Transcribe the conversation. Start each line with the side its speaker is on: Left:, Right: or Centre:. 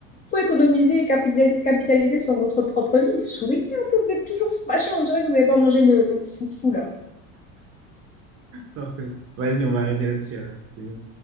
Left: faut économiser et capital- capitaliser sur votre propre vie. Souriez un peu, vous êtes toujours fâché. On dirait que vous n'avez pas mangé le foufou, là.
Right: Parfait. Vas-y, on va arrêter là-dessus alors. C'est bien.